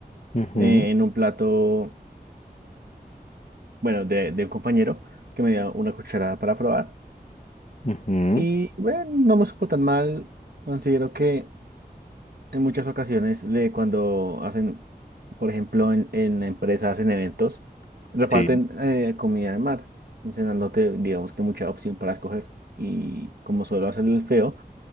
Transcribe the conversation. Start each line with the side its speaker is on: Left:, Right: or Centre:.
Left: ujú,
Right: eh, en un plato, bueno, de, de un compañero que me dio una cucharada para probar
Left: ujú,
Right: y bueno, no me supo tan mal. Considero que en muchas ocasiones le- cuando hacen, por ejemplo, en, en empresas, hacen eventos, reparten
Left: Sí.
Right: eh, comida de mar, sin dándote, digamos que mucha opción para escoger. Y como suelo hacer el feo,